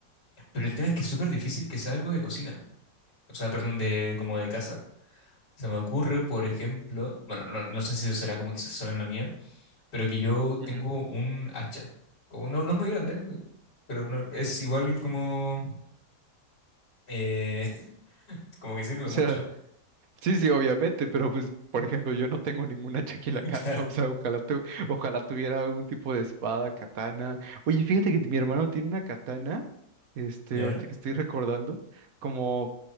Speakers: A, on the left; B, on the right.
A: Pero el tema es que es súper difícil que sea algo de cocina, o sea, perdón, de como de casa. Se me ocurre, por ejemplo, bueno, no, no sé si eso será como que se suena en la mía. pero que yo tengo
B: Ujú.
A: un hacha. Como no, no es muy grande, eh, pero no- es igual como, eh, <laughs> como que sirve
B: O
A: mucho.
B: sea, Sí, sí, obviamente, pero pues, por ejemplo, yo no tengo ningún hacha aquí <laughs> en la casa,
A: <laughs> Claro,
B: o sea, ojalá, tu- ojalá tuviera algún tipo de espada, katana. Oye, fíjate que mi hermano tiene una katana, este,
A: ya.
B: ahorita que estoy recordando, como,